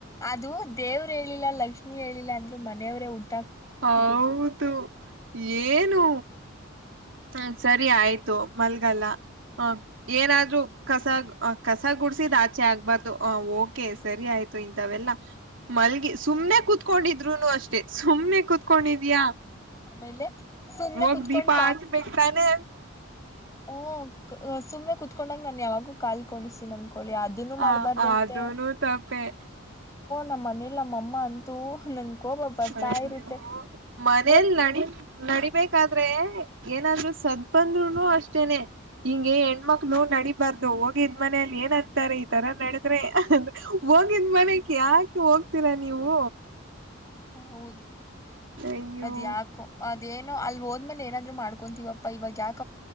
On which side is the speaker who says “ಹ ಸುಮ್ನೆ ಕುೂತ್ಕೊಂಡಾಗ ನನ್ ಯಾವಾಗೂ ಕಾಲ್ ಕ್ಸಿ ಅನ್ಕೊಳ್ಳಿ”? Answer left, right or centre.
Left